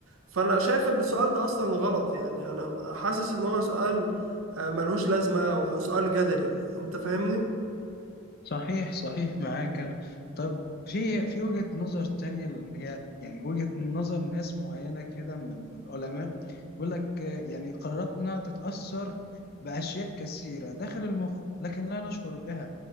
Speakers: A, on the right; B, on the left.
A: فانا شايف إن السؤال ده اصلا غلط يعني انا حاسس ان هو سؤال آه، ملهوش لازمة او سؤال جدلي انت فاهمني
B: صحيح صحيح معاك انا طب في في وجهه نظر تانية اللي هي يعني وجهه نظر ناس معينه كده من العلماء بيقول لك آه، يعني قراراتنا تتاثر باشياء كثيره داخل المخ لكن لا نشعر بها